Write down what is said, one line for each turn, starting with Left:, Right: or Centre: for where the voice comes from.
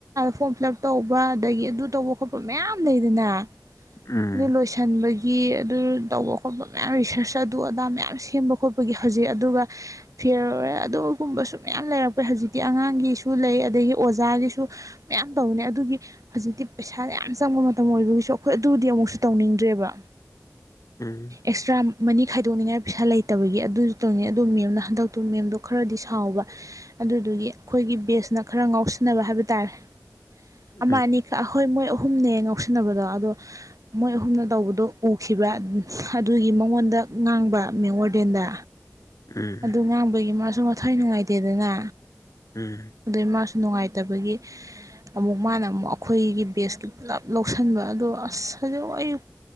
Right: ꯐꯣꯝ ꯐꯤꯜ ꯑꯞ ꯇꯧꯕ ꯑꯗꯒꯤ ꯑꯗꯨ ꯇꯧꯕ ꯈꯣꯠꯄ ꯃꯌꯥꯝ ꯂꯩꯗꯅ
Left: ꯎꯝ
Right: ꯑꯗꯨ ꯂꯣꯏ ꯊꯟꯕꯒꯤ ꯑꯗꯨ ꯇꯧꯕ ꯈꯣꯠꯄ ꯃꯌꯥꯝ ꯔꯤꯁꯔꯁ ꯑꯗꯨ ꯑꯗꯥ ꯃꯌꯥꯝ ꯁꯦꯝꯕ ꯈꯣꯠꯄꯒꯤ ꯍꯧꯖꯤꯛ ꯑꯗꯨꯒ ꯐꯤꯔ ꯑꯣꯏꯔꯦ ꯑꯗꯨꯒꯨꯝꯕꯁꯨ ꯃꯌꯥꯝ ꯂꯩꯔꯛꯄ ꯍꯧꯖꯤꯛꯇꯤ ꯑꯉꯥꯡꯒꯤꯁꯨ ꯂꯩ ꯑꯗꯒꯤ ꯑꯣꯖꯥꯒꯤꯁꯨ ꯃꯌꯥꯝ ꯇꯧꯅꯦ ꯑꯗꯨꯒꯤ ꯍꯧꯖꯤꯛꯇꯤ ꯄꯩꯁꯥ ꯌꯥꯝ ꯆꯪꯕ ꯃꯇꯝ ꯑꯣꯏꯕꯒꯤꯁꯨ ꯑꯩꯈꯣꯏ ꯑꯗꯨꯗꯤ ꯑꯃꯨꯛꯁꯨ ꯇꯧꯅꯤꯡꯗ꯭ꯔꯦꯕ
Left: ꯎꯝ
Right: ꯑꯦꯛꯁꯇ꯭ꯔꯥ ꯃꯅꯤ ꯈꯥꯏꯗꯣꯛꯅꯤꯡꯉꯥꯏ ꯄꯩꯁꯥ ꯂꯩꯇꯕꯒꯤ ꯑꯗꯨꯁꯨ ꯇꯧꯅꯤꯡ ꯑꯗꯨ ꯃꯦꯝꯅ ꯍꯟꯗꯛꯇꯨ ꯃꯦꯝꯗꯣ ꯈꯔꯗꯤ ꯁꯥꯎꯕ ꯑꯗꯨꯗꯨꯒꯤ ꯑꯩꯈꯣꯏꯒꯤ ꯕꯦꯁꯅ ꯈꯔ ꯉꯥꯎꯁꯤꯟꯅꯕ ꯍꯥꯏꯕ ꯇꯥꯔꯦ
Left: ꯑꯁ
Right: ꯑꯃ ꯑꯅꯤꯈꯛ ꯍꯣꯏ ꯃꯣꯏ ꯑꯍꯨꯝꯅꯦ ꯉꯧꯁꯤꯟꯅꯕꯗꯣ ꯑꯗꯣ ꯃꯣꯏ ꯑꯍꯨꯝꯅ ꯇꯧꯕꯗꯣ ꯎꯈꯤꯕ ꯑꯗꯨꯒꯤ ꯃꯉꯣꯟꯗ ꯉꯥꯡꯕ ꯃꯦꯝ ꯋꯥꯔꯗꯦꯟꯗ
Left: ꯎꯝ
Right: ꯑꯗꯨ ꯉꯥꯡꯕꯒꯤ ꯃꯥꯁꯨ ꯃꯊꯋꯥꯏ ꯅꯨꯡꯉꯥꯏꯇꯦꯗꯅ
Left: ꯎꯝ
Right: ꯑꯗꯨꯏ ꯃꯥꯁꯨ ꯅꯨꯡꯉꯥꯏꯇꯕꯒꯤ ꯑꯃꯨꯛ ꯃꯥꯅ ꯑꯃꯨꯛ ꯑꯩꯈꯣꯏꯒꯤ ꯕꯦꯁ ꯄꯨꯂꯞ ꯂꯧꯁꯤꯟꯕ ꯑꯗꯣ ꯑꯁ ꯍꯧꯖꯤꯛ ꯑꯩꯌꯨ